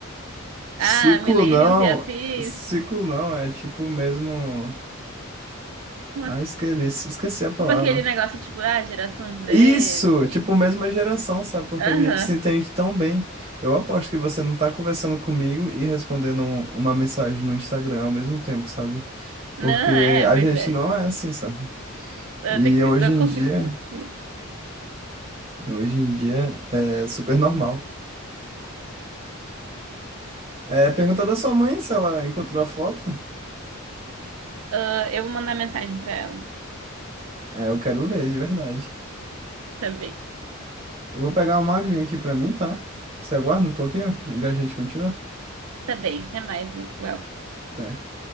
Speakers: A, on the right (about 30°); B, on the right (about 80°).
A: ciclo
B: Ah, millennials
A: não.
B: e afins...
A: Ciclo não, é tipo o mesmo.
B: Como
A: Ah,
B: assim?"
A: esqueci, esqueci a palavra.
B: Tipo aquele negócio, tipo, ah, geração Z,
A: Isso,
B: milênio.
A: tipo, mesma geração, sabe? Porque
B: Aham.
A: a gente se entende tão bem. Eu aposto que você não tá conversando comigo e respondendo um- uma mensagem no Instagram ao mesmo tempo, sabe?
B: Não,
A: Porque
B: é,
A: a
B: pois
A: gente
B: é.
A: não
B: Tipo,
A: é assim, sabe?
B: eu
A: E
B: tenho que,
A: hoje
B: eu
A: em
B: consigo
A: dia,
B: desistir.
A: hoje em dia é super normal. É, pergunta da sua mãe se ela encontrou a foto.
B: Ah, eu vou mandar mensagem pra ela.
A: É, eu quero ver, de verdade.
B: Tá bem.
A: Eu vou pegar uma aguinha aqui pra mim, tá? Você aguarda um pouquinho? Já a gente continua?
B: Tá bem, até mais, Léo.
A: Tá.